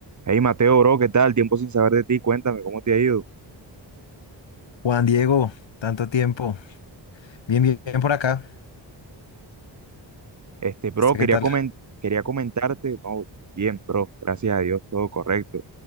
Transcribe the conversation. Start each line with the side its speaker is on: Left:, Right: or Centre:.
Right: Hey Mateo, bro, ¿qué tal? Tiempo sin saber de ti, cuéntame cómo te ha ido.
Left: Juan Diego, tanto tiempo. Bien, bien, bien por acá.
Right: Este, bro,
Left: Este, ¿Qué
Right: quería
Left: tal?
Right: comen- quería comentarte, no, bien, bro, gracias a Dios, todo correcto.